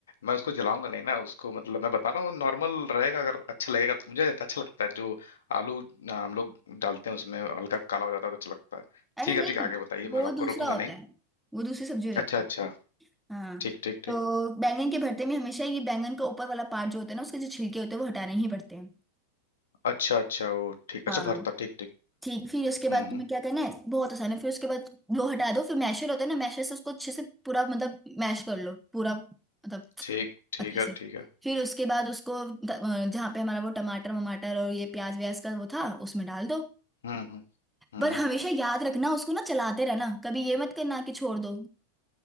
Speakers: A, on the left; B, in the centre.
A: मैं उसको जलाऊंगा नहीं ना उसको मतलब मैं बता रहा हूँ नॉर्मल रहेगा अगर अच्छा लगेगा तो मुझे अच्छा लगता है जो आलू आ, हम लोग डालते हैं उसमें हल्का काला हो जाता है तो अच्छा लगता है
B: अरे
A: ठीक
B: नहीं
A: है ठीक है आगे बताइए
B: वो
A: मैं आपको
B: दूसरा
A: रोकूंगा
B: होता
A: नहीं
B: है वो दूसरी सब्जी हो जाती
A: अच्छा अच्छा
B: है हाँ
A: ठीक ठीक ठीक
B: तो बैंगन के भरते में हमेशा ये बैंगन का ऊपर वाला पार्ट जो होता है ना उसके जो छिलके होते हैं वो हटाने ही पड़ते हैं
A: अच्छा अच्छा वो ठीक अच्छा
B: हाँ
A: भरता ठीक ठीक
B: ठीक फिर उसके बाद
A: हम्म हम्म,
B: तुम्हें क्या करना है बहुत आसान है फिर उसके बाद वो हटा दो फिर मैशर होता है ना मैशर से उसको अच्छे से पूरा मतलब मैश कर लो पूरा मतलब
A: ठीक ठीक
B: अच्छे
A: है
B: से
A: ठीक है
B: फिर उसके बाद उसको ट- अ, जहाँ पे हमारा वो टमाटर वमाटर और ये प्याज व्याज का वो था उसमें डाल दो
A: हम्म हम्म हम्म
B: पर हमेशा याद रखना उसको ना चलाते रहना कभी ये मत करना कि छोड़ दो